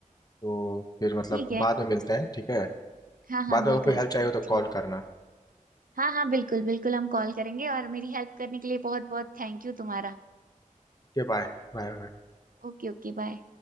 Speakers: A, on the left (about 30°); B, on the right (about 85°).
A: तो फिर मतलब
B: ठीक है
A: बाद में मिलते हैं ठीक है
B: हाँ हाँ
A: बाद
B: बिल्कुल
A: में अगर कोई हेल्प चाहिए हो तो
B: ठीक
A: कॉल करना
B: हाँ हाँ बिल्कुल बिल्कुल हम कॉल करेंगे और मेरी हेल्प करने के लिए बहुत बहुत थैंक यू तुम्हारा
A: Okay bye Bye bye
B: ओके Okay bye